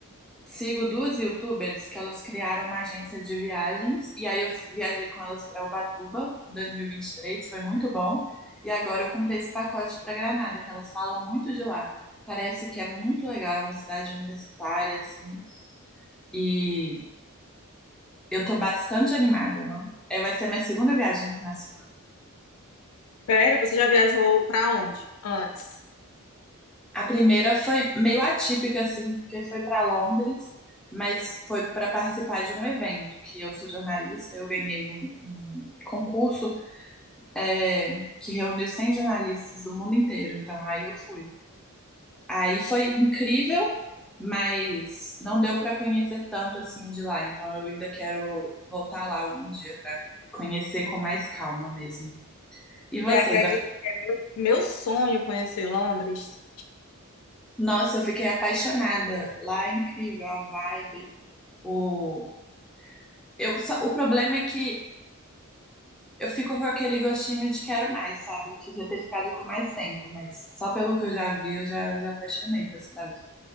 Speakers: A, in the centre; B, on the left (about 80°).
A: sigo duas youtubers que elas criaram uma agência de viagens, e aí eu viajei com elas para Ubatuba em 2023, foi muito bom. E agora eu comprei esse pacote para Granada, que elas falam muito de lá. Parece que é muito legal, é uma cidade universitária, assim, e eu tô bastante animada, não? É, vai ser minha segunda viagem internacional.
B: Sério, você já viajou para onde antes?
A: A primeira foi meio atípica, assim, porque foi para Londres, mas foi para participar de um evento, que eu sou jornalista, eu ganhei um, um concurso é, que reuniu 100 jornalistas do mundo inteiro, então aí eu fui. Aí foi incrível, mas não deu para conhecer tanto assim de lá, então eu ainda quero voltar lá algum dia para conhecer com mais calma mesmo. E você
B: Você acredita
A: já?
B: que é meu, meu sonho conhecer Londres?
A: Nossa, eu fiquei apaixonada. Lá é incrível a vibe, o Eu, só- o problema é que eu fico com aquele gostinho de quero mais, sabe? Eu queria ter ficado com mais tempo, mas só pelo que eu já vi, eu já, já apaixonei pela cidade.